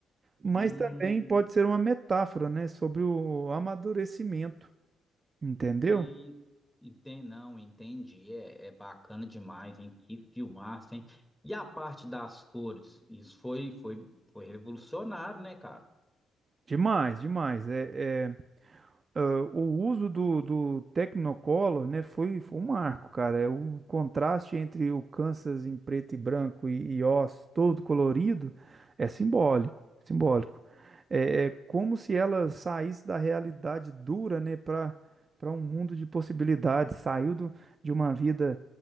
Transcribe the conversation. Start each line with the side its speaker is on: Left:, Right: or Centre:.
Right: Mas
Centre: Hum,
Right: também pode ser uma metáfora, né, sobre o amadurecimento, entendeu?
Centre: que enten não, entendi. É, é bacana demais, hein? Que filmaço, hein? E a parte das cores? Isso foi, foi, foi revolucionário, né, cara?
Right: Demais, demais. É, é, ah, o uso do, do Technicolor, né, foi, foi um marco, cara. É O contraste entre o Kansas em preto e branco e, e Oz todo colorido é simbólico, simbólico. É, é como se ela saísse da realidade dura, né, para para um mundo de possibilidades. Saiu do, de uma vida